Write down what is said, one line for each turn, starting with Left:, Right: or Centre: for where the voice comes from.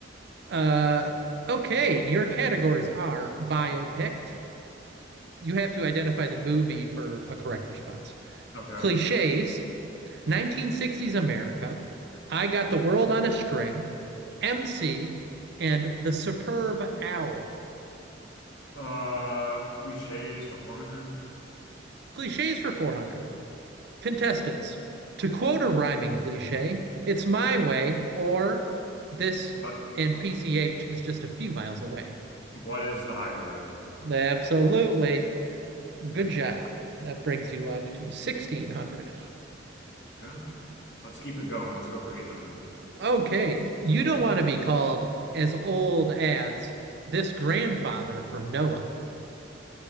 Right: Uh, okay, your categories are biopic, you have to identify the movie for a correct response.
Left: okay.
Right: Cliches, 1960s America, I Got the World on a String, MC, and The Superb Owl.
Left: Uh, cliches for 400.
Right: Cliches for 400. Contestants, to quote a rhyming cliche, it's my way or this
Left: What?
Right: and
Left: oh,
Right: PCH is just a few miles away.
Left: What is the highway?
Right: Absolutely. Good job. That brings you up to 1600.
Left: Okay. Let's keep it going. Let's go for 800.
Right: Okay, you don't want to be called as old as this grandfather from Noah,